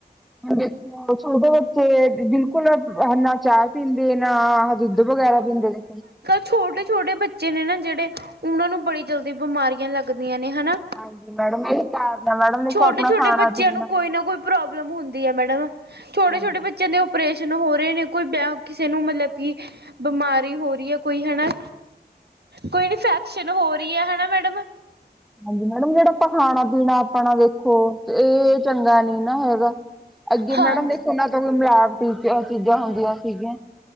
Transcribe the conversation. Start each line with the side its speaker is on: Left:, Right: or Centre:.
Centre: ਦੇਖੋ, ਛੋਟੇ ਬੱਚੇ ਬਿਲਕੁਲ ਨ ਨਟ ਚਾਹ ਪੀਂਦੇ ਨਾ, ਦੁੱਧ ਵਗੈਰਾ ਪੀਂਦੇ ਨੇ।
Right: ਛੋਟੇ-ਛੋਟੇ ਬੱਚੇ ਨੇ ਨਾ ਜਿਹੜੇ ਉਹਨਾਂ ਨੂੰ ਬੜੀ ਜਲਦੀ ਬਿਮਾਰੀਆਂ ਲੱਗਦੀਆਂ ਨੇ ਹਨਾ।
Centre: ਹਾਂਜੀ ਮੈਡਮ ਇਹੀ ਕਾਰਨ ਹੈ ਮੈਡਮ ਦੇਖੋ
Right: ਛੋਟੇ-ਛੋਟੇ
Centre: ਆਪਣਾ ਖਾਣਾ
Right: ਬੱਚਿਆਂ
Centre: ਪੀਣਾ
Right: ਨੂੰ ਕੋਈ ਨਾ ਕੋਈ ਪ੍ਰੋਬਲਮ ਹੁੰਦੀਐ ਮੈਡਮ। ਛੋਟੇ-ਛੋਟੇ
Centre: ਹਾਂਜੀ
Right: ਬੱ ਤੇ ਦੇ ਓਪਰੇਸ਼ਨ ਹੋ ਰਹੇ ਨੇ, ਕੋਈ ਪਿਆ ਕਿਸੇ ਨੂੰ ਮਤਲਬ ਕਿ ਬਿਮਾਰੀ ਹੋ ਰਹੀ ਐ, ਕੋਈ ਹਨਾ ਕੋਈ ਇਨਫੈਕਸ਼ਨ ਹੋ ਰਹੀ ਐ ਹੈਨਾ ਮੈਡਮ।
Centre: ਹਾਂਜੀ ਮੈਡਮ ਜਿਹੜਾ ਆਪਾਂ ਖਾਣਾ-ਪੀਣਾ ਆਪਣਾ ਵੇਖੋ, ਇਹ ਚੰਗਾ ਨੀ ਨਾ ਹੈਗਾ। ਅੱਗੇ
Right: ਹਾਂਜੀ
Centre: ਮੈਡਮ ਦੇਖੋ ਨਾਂ ਤਾ ਕੋਈ ਮਿਲਾਵਟੀ ਚ ਚੀਜ਼ਾਂ ਹੁੰਦੀਆਂ ਸੀਗੀਆਂ